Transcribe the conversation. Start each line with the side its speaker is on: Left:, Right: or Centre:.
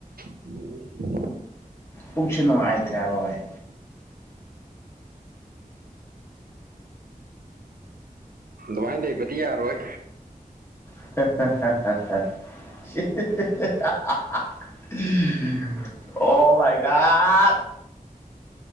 Right: ꯅꯤ
Left: ꯄꯨꯛꯁꯦ ꯅꯨꯡꯉꯥꯏꯇ꯭ꯔꯦ ꯍꯥꯏꯕ ꯕꯥꯏ
Right: ꯑꯗꯨꯃꯥꯏ ꯂꯩꯕꯗꯤ ꯌꯥꯔꯣꯏ
Left: <inaudible> <unintelligible> ꯑꯣ ꯃꯥꯏ ꯒꯣꯠ